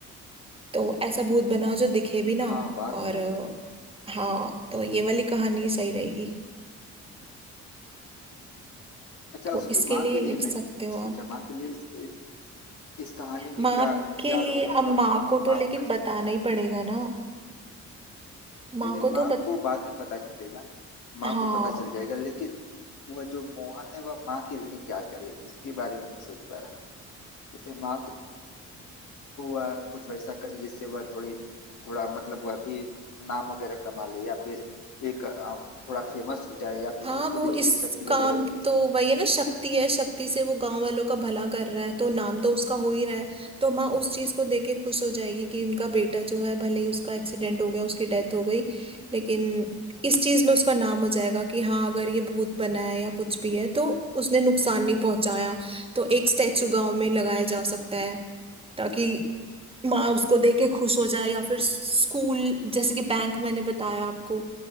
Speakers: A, on the right (about 20°); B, on the left (about 75°).
A: तो ऐसा भूत बनाओ जो दिखे भी ना
B: हाँ बात
A: और
B: सही
A: अ,
B: है
A: हाँ तो ये वाली कहानी सही रहेगी
B: अच्छा
A: तो
B: उसकी
A: इसके
B: माँ
A: लिए
B: के लिए
A: लिख
B: मैं
A: सकते
B: नहीं कुछ
A: हो आप
B: सोचा माँ के लिए इस, इस, इस कहानी में
A: माँ
B: क्या
A: के
B: क्या
A: लिए
B: रोल मतलब
A: अब माँ
B: माँ
A: को तो
B: माँ
A: लेकिन
B: को कैसे
A: बताना ही पड़ेगा ना माँ
B: नहीं नहीं
A: को तो
B: माँ
A: बत...
B: को बाद में पता चलेगा माँ
A: हाँ
B: को पता चल जाएगा लेकिन वह जो मोहन है वह माँ के लिए क्या करे इसके बारे में नहीं सोच पा रहा जैसे माँ वह कुछ वैसा करे जिससे वह थोड़ी थोड़ा मतलब वह भी नाम वगैरह कमा ले या फिर एक अ, थोड़ा फेमस हो जाए या फिर
A: हाँ
B: उसको
A: वो
B: भी थोड़ी
A: इस
B: शक्ति
A: काम
B: वगैरह मिल
A: तो
B: जाए
A: वही है ना शक्ति है शक्ति से वो गांव वालों का भला कर रहा है तो नाम तो उसका हो ही रहा है तो माँ उस चीज को देख के खुश हो जाएगी कि उनका बेटा जो है भले ही उसका एक्सीडेंट हो गया उसकी डेथ हो गई लेकिन इस चीज में उसका नाम हो जाएगा कि हाँ अगर ये भूत बना है या कुछ भी है तो उसने नुकसान नहीं पहुंचाया तो एक स्टैचू गांव में लगाया जा सकता है ताकि माँ उसको देख के खुश हो जाए या फिर स्कूल जैसे कि बैंक मैंने बताया आपको